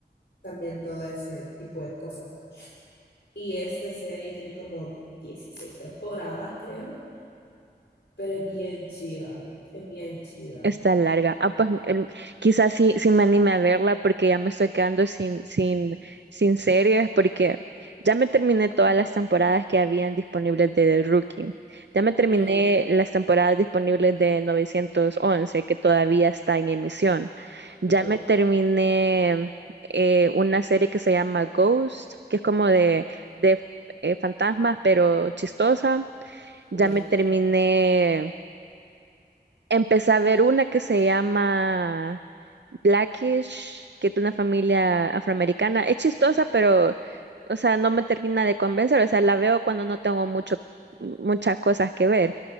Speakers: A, on the left; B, on the right.
A: también todo ese tipo de cosas. Y esta serie tiene como 16 temporadas, creo, pero es bien chiva, es bien chiva.
B: Está larga. Ah, pues em, quizás sí, sí me anime a verla porque ya me estoy quedando sin, sin, sin series porque ya me terminé todas las temporadas que habían disponibles de The Rookie. Ya me terminé
A: Mm,
B: las temporadas disponibles de 911 que todavía está en emisión. Ya
A: ujú,
B: me terminé eh, una serie que se llama Ghost, que es como de, de eh, fantasmas pero chistosa. Ya
A: ujú,
B: me terminé Empecé a ver una que se llama Blackish, que es de una familia afroamericana. Es chistosa, pero, o sea, no me termina de convencer. O sea, la veo cuando no tengo mucho, muchas cosas que ver.